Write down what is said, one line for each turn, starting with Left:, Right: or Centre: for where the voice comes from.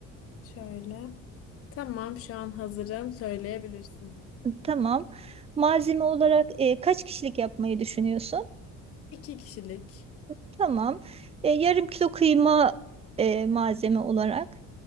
Left: Şöyle. Tamam şu an hazırım. Söyleyebilirsin.
Right: Tamam. Malzeme olarak e, kaç kişilik yapmayı düşünüyorsun?
Left: İki kişilik.
Right: Tamam. E, yarım kilo kıyma e, malzeme olarak